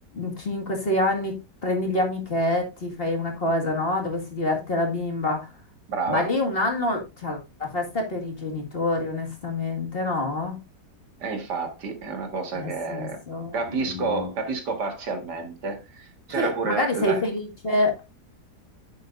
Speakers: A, on the left; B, on the right.
A: 5-6 anni, prendi gli amichetti, fai una cosa, no? Dove si diverte la bimba.
B: brava.
A: Ma lì un anno, cioè, la festa è per i genitori, onestamente, no?
B: E infatti è una cosa
A: Nel
B: che
A: senso...
B: capisco,
A: no.
B: capisco parzialmente. C'era
A: Sì,
B: pure
A: magari
B: la, la-
A: sei felice,